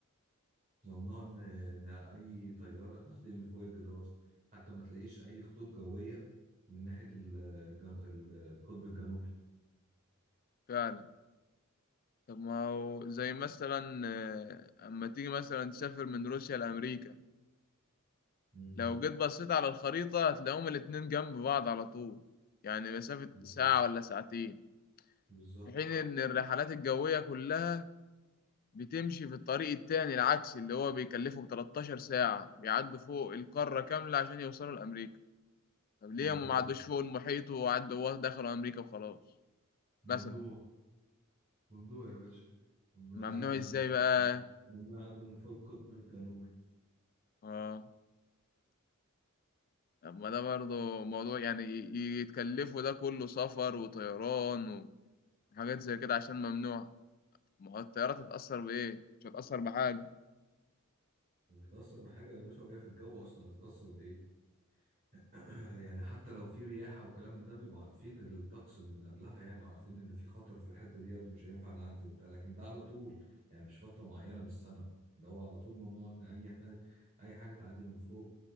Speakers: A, on the right; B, on the left.
A: ممنوع ان إن اي طياره تعدي من فوق الجدار حتى ما تلاقيش اي خطوط جويه من ناحيه ال- الجن- ال- القطب الجنوبي
B: فعلا طب ما هو زي مثلا آه، اما تيجي مثلا تسافر من روسيا لامريكا
A: امم
B: لو جيت بصيت على الخريطه هتلاقيهم الاتنين جنب بعض على طول يعني مسافه
A: بالظبط
B: ساعه ولا ساعتين
A: بالظبط
B: في حين ان الرحلات الجويه كلها بتمشي في الطريق التاني العكسي اللي هو بيكلفهم 13 ساعة بيعدوا فوق القارة كاملة عشان يوصلوا لأمريكا طب ليه
A: بالظبط.
B: هم ما عدوش فوق المحيط وعدوا دخلوا أمريكا وخلاص
A: ممنوع
B: مثلا
A: ممنوع يا باشا ممنوع
B: ممنوع
A: يعدي من
B: ازاي
A: فوق الجدار.
B: بقى
A: ممنوع يعدي من فوق القطب الجنوبي
B: اه طب ما ده برضه موضوع يعني ي- يتكلفوا ده كله سفر وطيران وحاجات زي كده عشان ممنوع ما هو الطيارة تتأثر بإيه؟ مش هتأثر بحاجة
A: مش هتأثر بحاجة يا باشا وهي في الجو أصلا هتتأثر بإيه؟ <clears throat> يعني حتى لو في رياح او كلام من ده بيبقوا عارفين الطقس من قبلها يعني وعارفين ان في خطر في الحته ديت ومش هينفع نعدي وبتاع لكن ده على طول يعني مش فتره معينه من السنه ده هو على طول ممنوع ان اي حاجه اي حاجه تعدي من فوق